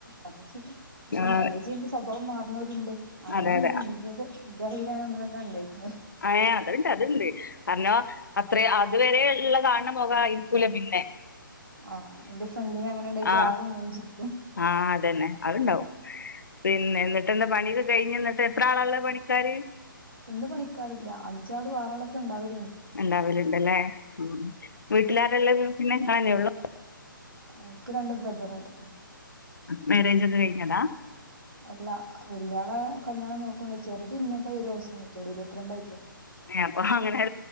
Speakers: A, on the right; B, on the left.
A: അത ശ പക്ഷെ
B: ആഹ്
A: മാരേജ്ന്റെ സ്വഭാവം മാറുന്നവരുണ്ട് അങ്ങനെ
B: അതെ
A: ഇണ്ട്.
B: അതെ
A: ഇന്റൊരു ഇന്റെ അറിവില് ഒന്ന് രണ്ട് ഇണ്ടായിക്ക്ണ്.
B: ഏഹ് അത്ണ്ട് അത്ണ്ട്. കാരണം അത്ര അതുവരെ ഇള്ള കാണണ മൊഖായിരിക്കൂല പിന്നെ.
A: ആഹ് എന്റെ ഫ്രണ്ടിന് അങ്ങനെണ്ടായിട്ട്
B: ആഹ്
A: ആകെ മൂഞ്ചിരി
B: ആഹ് അതന്നെ അത്ണ്ടാവും. പിന്നെ എന്നിട്ട് എന്താ പണിയൊക്കെ കഴിഞ്ഞോ എന്നിട്ട്? എത്ര ആളാള്ളെ പണിക്കാര്?
A: ഇന്ന് പണിക്കാറില്ല. അഞ്ചാളും ആറാളും ഒക്കെ ഇണ്ടാവു
B: ഇണ്ടാവല്ണ്ടല്ലേ? ഉം. വീട്ടിലാരാള്ളെ പിന്നെ ഇങ്ങളന്നയേ ഉള്ളു?
A: ഈഹ് ഇക്കി രണ്ട് ബ്രദറ്ണ്ട്.
B: മാര്യേജ് ഒക്കെ കഴിഞ്ഞതാ?
A: അല്ല. വല്ല്യാള കല്യാണം നോക്ക്ണ്ട്. ചെറ്ത് ഇന്നേക്കാൾ ഒരു വയസ്സിന് മൂത്തയേ ഉള്ളു. ഇരുപത്തിരണ്ടായിട്ടില്ല.
B: ഏഹ് അപ്പൊ അങ്ങനെ